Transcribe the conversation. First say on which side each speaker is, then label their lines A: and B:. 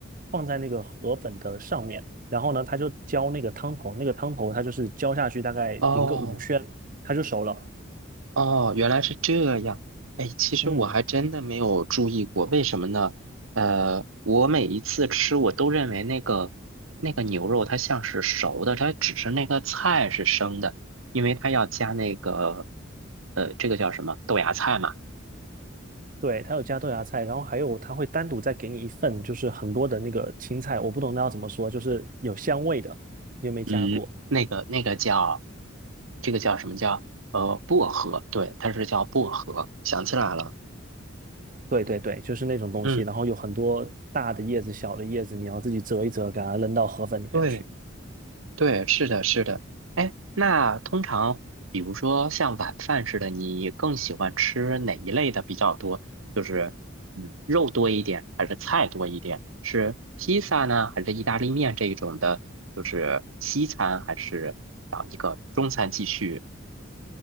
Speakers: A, on the right; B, on the right.
A: 放在那个河粉的上面，然后呢，它就浇那个汤头，那个汤头它就是浇下去大概淋个五圈，
B: 哦。
A: 它就熟了。
B: 哦，原来是这样。哎，其实我还真的没有注意过，
A: 嗯。
B: 为什么呢？呃，我每一次吃，我都认为那个那个牛肉它像是熟的，它只是那个菜是生的，因为它要加那个呃，这个叫什么豆芽菜嘛？
A: 对，它有加豆芽菜，然后还有它会单独再给你一份，就是很多的那个青菜，我不懂那要怎么说，就是有香味的，你有没有加过？
B: 嗯，那个那个叫这个叫什么叫呃薄荷？对，它是叫薄荷。想起来了，
A: 对对对，就是那种东西，
B: 嗯，
A: 然后有很多大的叶子、小的叶子，你要自己折一折，给它扔到河粉里面去，
B: 对。对，是的，是的。哎，那通常，比如说像晚饭似的，你更喜欢吃哪一类的比较多？就是，嗯，肉多一点，还是菜多一点？是披萨呢，还是意大利面这一种的？就是西餐，还是找一个中餐继续？